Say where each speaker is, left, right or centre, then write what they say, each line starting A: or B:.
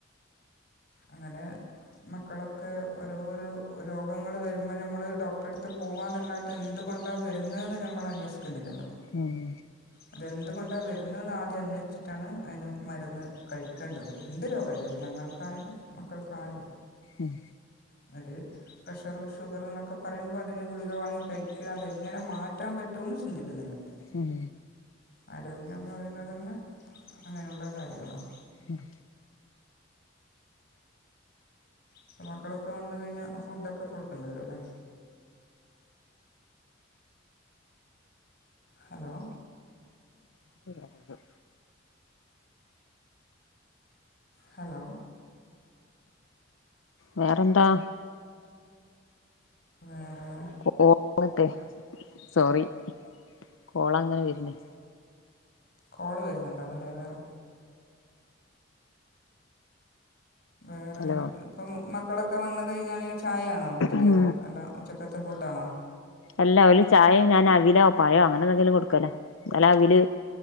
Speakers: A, on the left (about 55°); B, on the left (about 85°).
A: അങ്ങനെ മക്കളൊക്കെ ഓരോരോ രോഗങ്ങൾ വരുമ്പോൾ നമ്മൾ ഡോക്ടറടുത്ത് പോകുക എന്നല്ലാട്ട് എന്തും കൊണ്ട വരുന്നന്ന് നമ്മൾ അന്വേഷിക്കുന്നില്ലല്ലോ
B: ഉം
A: അ അതുകൊണ്ട് വരുന്നെന്ന് ആദ്യം അന്വേഷിച്ചിട്ടാണ് അതിന് മരുന്ന് കഴിക്കേണ്ടത് എന്ത് രോഗാല ഞങ്ങൾക്കായാലും മക്കൾക്കായാലും
B: ഉം
A: ഒരു പ്രഷർ ഷുഗർ എന്നൊക്കെ പറയുമ്പോ അതിന് ഗുളിക വാങ്ങി കഴിക്കുക അതെങ്ങനെ മാറ്റാൻ പറ്റും ഏറ്റോന്നും ചിന്തിക്കുന്നില്ല <inaudible>
B: ഉം
A: ആരോഗ്യന്ന് പറയുന്നത് തന്നെ അങ്ങനെയുള്ള കാര്യങ്ങളാണ്
B: ഉം
A: അപ്പ മക്കളൊക്കെ വന്ന് കഴിഞ്ഞാൽ ഫുഡൊക്കെ കൊടുക്കേണ്ടി വരും അല്ലേ ഹലോ
B: ന്ത <inaudible>
A: ഹലോ
B: വേറെന്താ
A: വേറെ
B: കോളട്ടെ സോറി കോള അങ്ങനെ വരുന്നേ
A: കോള് വരുന്നുണ്ടാവല്ലേ വേറെ വേറെ
B: ഹലോ
A: ഇപ്പം മക്കളൊക്കെ വന്ന കഴിഞ്ഞാല് ചായയാണ് ആണോ കുടിക്ക
B: ഉം
A: അല്ല ഉച്ചക്കത്തെ ഫുഡ്ആണോ
B: എല്ല ഒരു ചായയും ഞാൻ അവിലോ പഴോ അങ്ങനെ എന്തെങ്കിലും കൊടുക്കല്ലേ ഇന്നേല്ല അവില്